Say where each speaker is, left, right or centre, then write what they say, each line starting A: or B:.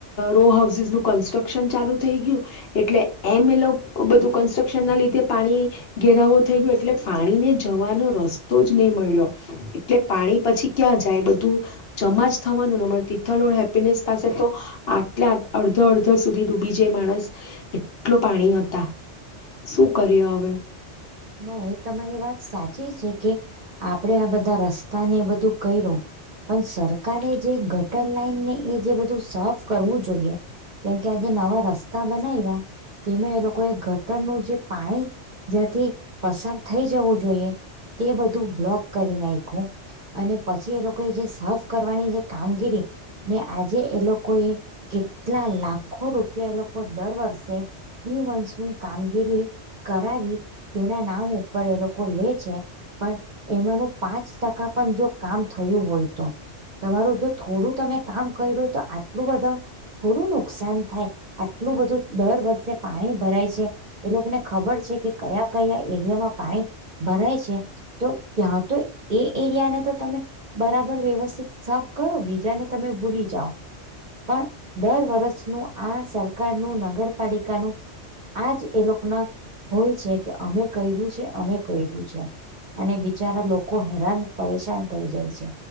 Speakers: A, on the left (about 60°); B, on the right (about 50°).
A: રોહાઉસીસ નું કનટ્રકસન ચાલુ થઈ ગયું એટલે એમ એ લોકો બધું કન્સ્ટ્રક્શનના લીધે પાણી ઘેરાવો થઈ ગયો એટલે પાણીને જવાનો રસ્તો જ ની મળ્યો. એટલે પાણી પછી ક્યાં જાય બધું જમા જ થવાનુંને અમારે તિથલો હેપ્પીનેસ પાસે તો આટલા અડધો અડધો સુધી ડૂબી જાય માણસ, એટલો પાણી હતા શું કરીએ હવે?
B: ના એ તમારી વાત સાચી છે કે આપડે આ બધા રસ્તા ને એ બધું કર્યું પણ સરકારે જે ગટર લાઈન ને એ બધું સાફ કરવું જોઈએ કેમકે આજે નવા રસ્તા બનાવ્યા તેમાં એ લોકો એ ગટરનું જે પાણી જ્યાંથી પસાર થઈ જવું જોઈએ તે બધું બ્લોક કરી નાખ્યું. અને પછી એ લોકો જે સાફ કરવાની જે કામગીરી ને આજે એ લોકો એ કેટલા લાખો રૂપિયા એ લોકો દર વર્ષે પ્રિ મોન્સુન કામગીરી કરાવી તેના નામ ઉપર એ લોકો લે છે પણ એમાંનું પાંચ ટકા પણ જો કામ થયું હોય તો, તમારું જો થોડું તમે કામ કર્યું હોય તો આટલું બધો થોડું નુકસાન થાય, આટલું બધું દર વર્ષે પાણી ભરાય છે. એ લોકોને ખબર છે કે કયા કયા એરિયામાં પાણી ભરાય છે. તો ત્યાં તો એ એરિયા ને તો તમે બરાબર વ્યવસ્થિત સાફ કરો બીજાને તમે ભૂલી જાઓ. પણ દર વર્ષ નું આ સરકારનું નગરપાલિકાનું આજ એ લોકો ના હોય છે કે અમે કર્યું છે, અમે કર્યું છે. અને બિચારા લોકો હેરાન પરેશાન થઈ જાય છે